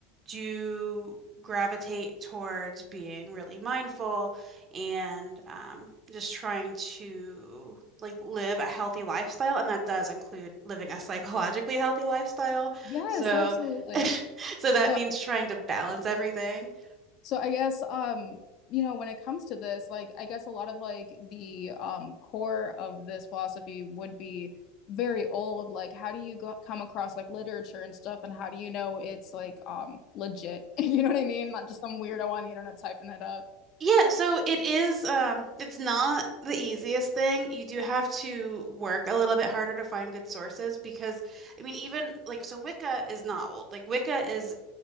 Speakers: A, on the right (about 30°); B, on the left (about 45°).
A: do gravitate towards being really mindful and um, just trying to like live a healthy lifestyle, and that does include living a <laughs> psychologically healthy lifestyle.
B: Yes,
A: So,
B: absolutely.
A: <laughs> so that
B: So
A: means trying to balance everything. <laughs>
B: So I guess um, you know, when it comes to this, like I guess a lot of like the um core of this philosophy would be very old. Like how do you go come across like literature and stuff and how do you know it's like um legit? <laughs> You know what I mean? Not just some weirdo on the internet typing it up.
A: Yeah, so it is um it's not the easiest thing. You do have to work a little bit harder to find good sources because I mean even like so Wicca is not old. Like Wicca is